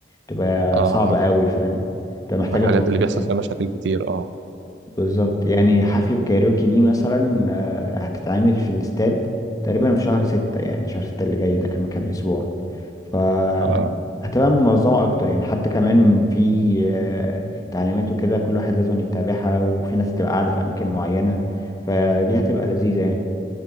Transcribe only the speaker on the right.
اه
اه
من الحاجات
اللي بيحصل
فيها مشاكل كتير اه
اه